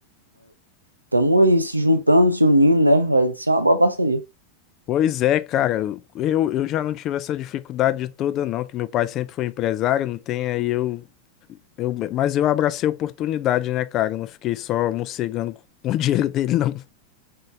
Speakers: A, on the right (about 85°); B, on the left (about 35°).
A: estamos aí se juntando, se unindo, né? Vai ser uma boa parceria.
B: Pois é, cara. Eu, eu já não tive essa dificuldade toda, não. Que meu pai sempre foi empresário, não tem aí eu. Eu, mas eu abracei a oportunidade, né, cara? Eu não fiquei só mocegando <laughs> com o dinheiro dele, não.